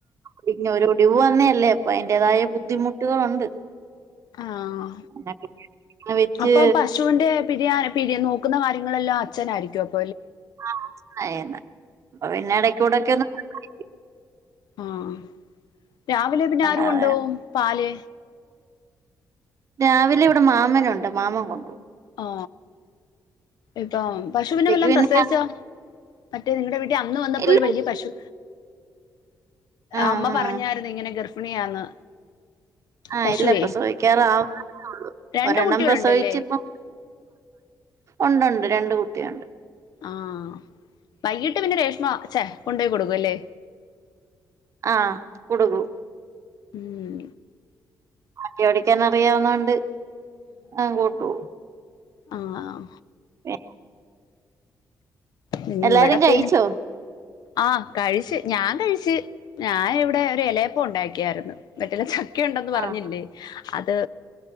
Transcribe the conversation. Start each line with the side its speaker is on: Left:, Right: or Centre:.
Right: പിന്നെ ഒരു ഒടിവ് വന്ന അല്ലേ അപ്പൊ അതിന്റെതായ ബുദ്ധിമുട്ടുകളുണ്ട്
Left: ആഹ
Right: പിന്നെ വെച്ച്
Left: അപ്പൊ പശുവിന്റെ പിരിയാ പിരി നോക്കുന്ന കാര്യങ്ങളെല്ലാം അച്ഛനായിരിക്കും അപ്പോ
Right: ആ അച്ഛനാ ചെയ്യുന്നേ നമ്മ പിന്നെ ഇടക്ക കൂടെക്കെ ഒന്ന് കണ്ണടക്കും
Left: ആഹ രാവിലെ പിന്നെ
Right: അല്ലാതെ
Left: ആരു കൊണ്ടോവും പാല്
Right: രാവിലെ ഇവിടെ മാമനുണ്ട് മാമൻ കൊണ്ടുപോകും
Left: ആ ഇപ്പം പശുവിനെ
Right: ഉച്ചക്ക്
Left: വല്ലോം
Right: പിന്നെ
Left: പ്രസവിച്ചോ മറ്റേ നിങ്ങളുടെ അന്ന് വന്നപ്പോ
Right: ഇല്ല
Left: ഒരു വലിയ പശു
Right: ആഹ്
Left: അമ്മ പറഞ്ഞായിാരരുന്നു
Right: ആഹ്
Left: ഇങ്ങനെ ഗർഭിണിയാന്ന്
Right: ആഹ്
Left: പശുവേ
Right: ഇല്ല പ്രസവിക്കാറാവള്ള
Left: രണ്ട്
Right: ഒരെണ്ണം
Left: കുട്ടികളുണ്ടല്ലേ
Right: പ്രസവിച്ച ഇപ്പോ ഉണ്ട് ഉണ്ട് രണ്ട് കുട്ടിയുണ്ട്
Left: ആഹ വൈകിട്ട് പിന്നെ രേഷ്മ അഛേ കൊണ്ടപോയി കൊടുക്ക അല്ലേ
Right: ആഹ് കൊടുുകൂ
Left: ഉം
Right: ബാക്കി പടിക്കാൻ അറിയാവുന്നോണ്ട് ആ കൂട്ടോ
Left: ആഹ
Right: <inaudible>
Left: നീ
Right: എല്ലാരും
Left: ഇവിടെപ്പ
Right: കഴിച്ചോ
Left: ആഹ കഴിിച്ചു ഞാൻ കഴിിച്ചു ഞാാന ഇവിടെ ഒരു ഇലയപ്പം ഉണ്ടാക്കിയായിരുന്നു മറ്റുള്ള ക്കെ ഉണ്ടെന്ന് പറഞ്ഞില്ലേ
Right: ആഹ്
Left: അത്